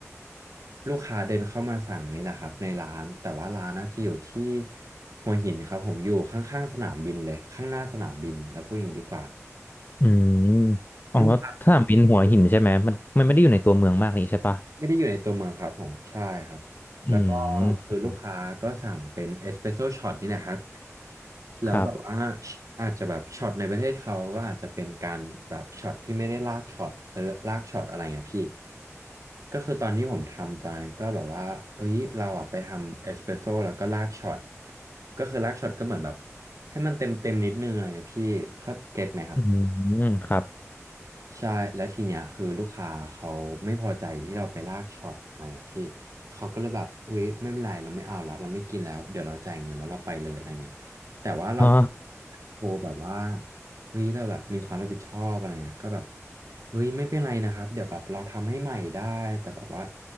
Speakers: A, on the right (about 90°); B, on the left (about 35°).
A: ลูกค้าเดินเข้ามาสั่งนี่แหละครับในร้านแต่ว่าร้านนะจะอยู่ที่หัวหินครับผมอยู่ข้างๆสนามบินเลยข้างหน้าสนามบินแล้วพูดอย่างนี้ดีกว่า
B: อืมอ๋อถ้าเป็นหัวหินใช่ไหมมันมันไม่ได้อยู่ในตัวเมืองมากนี่ใช่ปะ
A: ลูกค้าไม่ได้อยู่ในตัวเมืองครับผมใช่ครับแล้วก็
B: อื
A: คือลูกค้าก็สั่งเป็นเอสเปรสโซช็อตนี่แหละครับ
B: ม
A: แล้วแบบว่า
B: ครับ
A: อาจจะแบบช็อตในประเทศเขาก็อาจจะเป็นการแบบช็อตที่ไม่ได้ลากช็อตเออลากช็อตอะไรเงี้ยพี่ก็คือตอนที่ผมทำตอนนั้นก็แบบว่าเอ้ยเราอ่ะไปทำเอสเปรสโซ่แล้วก็ลากช็อตก็คือลากช็อตก็เหมือนแบบให้มันเต็มเต็มนิดนึงอะไรเงี้ยพี่เขาเก็ตไหมครับ
B: อืมครับ
A: ใช่แล้วทีเนี้ยคือลูกค้าเขาไม่พอใจที่เราไปลากช็อตอะไรอ่ะพี่เขาก็เลยแบบเฮ้ยไม่เป็นไรเราไม่เอาละเราไม่กินแล้วเดี๋ยวเราจ่ายเงินแล้วเราไปเลยอะไรเงี้ยแต่ว่าเรา
B: <laughs> อ๋อ
A: โทรแบบว่าเฮ้ยเราแบบมีความรับผิดชอบอะไรเงี้ยก็แบบเฮ้ยไม่เป็นไรนะครับเดี๋ยวแบบเราทำให้ใหม่ได้แต่แบบว่า